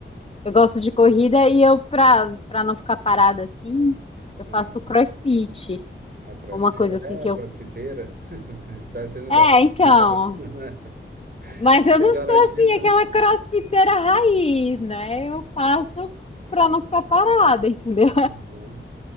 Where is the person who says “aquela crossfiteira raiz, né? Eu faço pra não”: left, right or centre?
Left